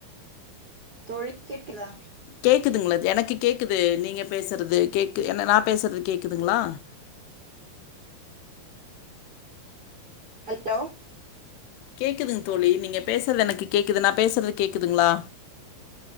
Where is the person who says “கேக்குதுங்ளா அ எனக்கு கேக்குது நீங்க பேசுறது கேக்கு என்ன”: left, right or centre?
Left